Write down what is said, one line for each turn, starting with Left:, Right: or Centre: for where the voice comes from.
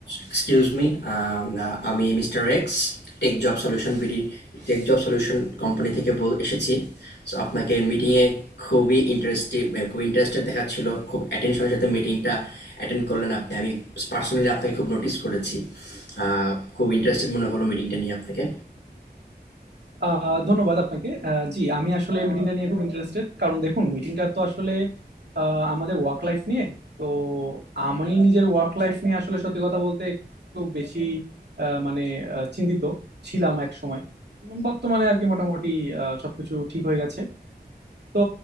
Left: এক্সকিউজ মি আমি mister X Tech job solution BD tech job solution company থেকে বল এসেছি সো আপনাকে মিটিংয়ে খুবই ইন্টারেস্টিভ খুব ইন্টারেস্টেড দেখাচ্ছিল খুব অ্যাটেনশনের সাথে মিটিংটা অ্যাটেন্ড করলেন আপনি আমি পার্সোনালি আপনাকে খুব নোটিস করেছি আহ, খুব ইন্টারেস্টেড মনে হলো মিটিংটা নিয়ে আপনাকে
Right: আহ ধন্যবাদ আপনাকে আহ, জি আমি আসলে মিটিংটা নিয়ে খুব ইন্টারেস্টেড কারণ দেখুন মিটিংটা তো আসলে আহ, আমাদের ওয়ার্ক লাইফ নিয়ে তো আমি নিজের ওয়ার্ক লাইফ নিয়ে আসলে সত্যি কথা বলতে একটু বেশি আহ, মানে আহ, চিন্তিত ছিলাম এক সময় উম, বর্তমানে আর কি মোটামুটি আহ, সবকিছু ঠিক হয়ে গেছে তো